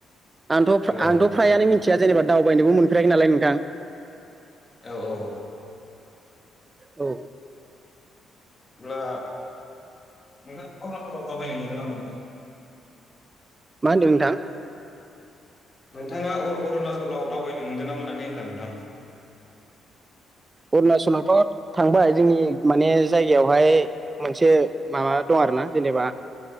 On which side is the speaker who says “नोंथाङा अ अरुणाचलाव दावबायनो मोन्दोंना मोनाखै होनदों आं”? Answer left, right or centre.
Left